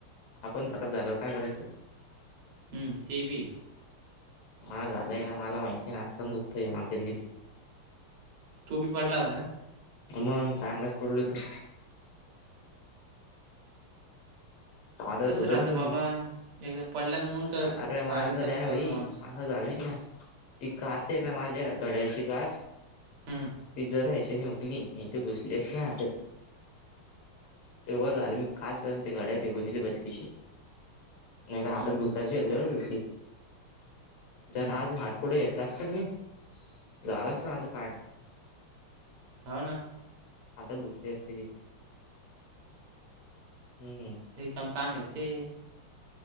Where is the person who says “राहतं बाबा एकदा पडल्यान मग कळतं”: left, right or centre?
Right